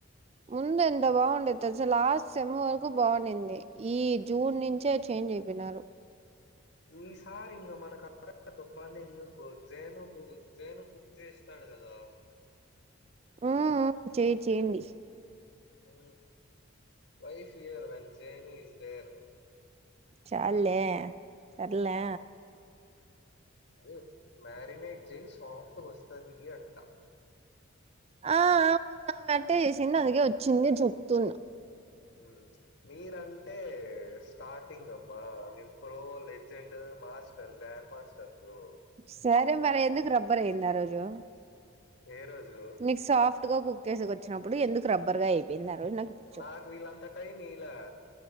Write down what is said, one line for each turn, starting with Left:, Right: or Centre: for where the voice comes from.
Right: ముందు ఎంత బాగుండే తెలుసా లాస్ట్ సేమ్ వర. కు బాగుండింది ఈ జూన్ నుంచే చేంజ్ అయిపోయినారు.
Left: ఈసారి ఇంగ మనకు త <unintelligible> పని ఎందుకు. జేను కు జేను కుక్ చేస్తాడు కదా.
Right: ఉ చెయ్ చేయండి
Left: ఉ wife here when change is there
Right: చాల్లే సర్లే
Left: ఉ అ మ్యారినేట్ చెయ్ సాఫ్ట్గా వస్తాది అంటా
Right: ఆ ఆ మొన్న అట్టే చేసింది అందుకే వచ్చింది అని చెప్తున్నా
Left: ఉ మీరంటే స్టార్టింగ్ అబ్బా మేం ప్రో లెజెండ్ మాస్ గ్రాండ్ మాస్టర్లు
Right: సరే మరి ఎందుకు రబ్బర్ అయ్యింది ఆ రోజు
Left: ఏ రోజు
Right: ఈ సాఫ్ట్ గా కుక్ చేసేకి వచ్చినప్పుడు ఎందుకు రబ్బర్ గా అయిపోయిన్నారు నాకు ఇప్పుడు చెప్పు
Left: నాకు వీళ్ళంతా టైమ్ ఈలా